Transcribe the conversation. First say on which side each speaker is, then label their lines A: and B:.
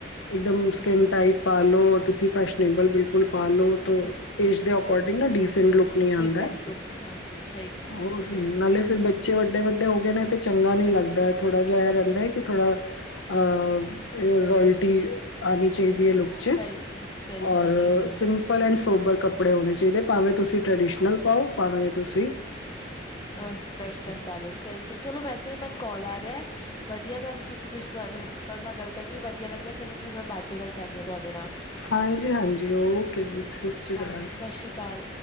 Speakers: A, on the left; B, on the left.
A: ਇੱਕਦਮ
B: ਹਾਂਜੀ ਸਹੀ
A: ਸਕਿੰਨ
B: ਕਿਹਾ
A: ਟਾਈਟ ਪਾ ਲੋ ਤੁਸੀਂ ਫੈਸ਼ਨੇਬਲ ਬਿਲਕੁਲ ਪਾ ਲੋ ਤੋ ਏਜ ਦੇ ਅਕੋਰਡਿੰਗ ਨਾ ਡੀਸ ਲੁਕ ਨੀ ਆਂਦਾ
B: ਡੀਸੈਂਟ ਲੁੱਕ ਹਾਂਜੀ ਸਹੀ ਕਿਹਾ
A: ਉਹੀ ਨਾਲੇ ਫੇਰ ਬੱਚੇ ਵੱਡੇ ਵੱਡੇ ਹੋ ਗਏ ਨੇ ਤੇ ਚੰਗਾ ਨੀ ਲੱਗਦਾ ਥੋੜਾ ਜਿਹਾ ਇਹ ਰਹਿੰਦਾ ਹੈ ਕਿ ਥੋੜਾ ਅ ਰੋਅਲਟੀ ਆਣੀ ਚਾਹੀਦੀ ਹੈ ਲੋਕ ਚ
B: ਸਹੀ ਕਿਹਾ ਸਹੀ
A: ਔਰ
B: ਕਿਹਾ ਸਹੀ ਕਿਹਾ।
A: ਸਿੰਪਲ ਸੋਬਰ ਕੱਪੜੇ ਹੋਣੇ ਚਾਹੀਦੇ ਭਾਵੇਂ ਤੁਸੀਂ ਟ੍ਰਡੀਸ਼ਨਲ ਪਾਓ ਭਾਵੇਂ ਤੁਸੀ
B: ਅ ਵੈਸਟਨ ਪਾ ਲੋ ਸਹੀ ਕਿਹਾ ਚਲੋ ਵੈਸੇ ਮੈਨ ਕੋਲ ਆ ਰਿਹਾ ਵ ਵਧੀਆ ਗੱਲ ਕੀਤੀ ਤੁਸੀਂ ਸ ਮਤਲਬ ਤੁਹਾਡੇ ਨਾਲ ਗੱਲ ਕਰਕੇ ਵੀ ਵਧੀਆ ਲੱਗਿਆ ਚਲੋ ਫਿਰ ਮੈਂ ਬਾਅਦ ਚੋਂ ਗੱਲ ਕਰਦੀ ਤੁਹਾਡੇ ਨਾਲ।
A: ਹਾਂਜੀ, ਹਾਂਜੀ ਓਕੇ ਜੀ ਸਸ ਰੀ
B: ਹਾਂਜੀ
A: ਕਾਲ
B: ਸਤਿ ਸ਼੍ਰੀ ਅਕਾਲ।